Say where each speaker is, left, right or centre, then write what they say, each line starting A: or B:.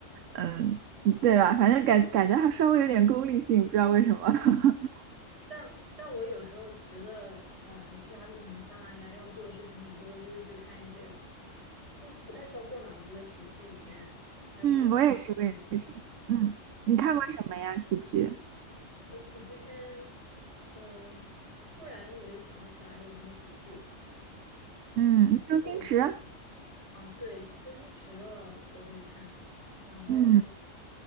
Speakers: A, on the right; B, on the right.
A: 嗯，对吧？反正感感觉还稍微有点功利性，不知道为什么。<laughs>
B: 但但我有时候觉得，呃，压力很大呀，要做的事情很多，我就会去看一些不不太需要过脑子的喜剧片，还有动画片。
A: 嗯，我也是，我也是。嗯，你看过什么呀？喜剧？
B: 我喜剧片，呃，突然我就想不起来有什么喜剧了，
A: 嗯，周星驰。
B: 但是我会啊，对，周星驰的我会看，然后
A: 嗯，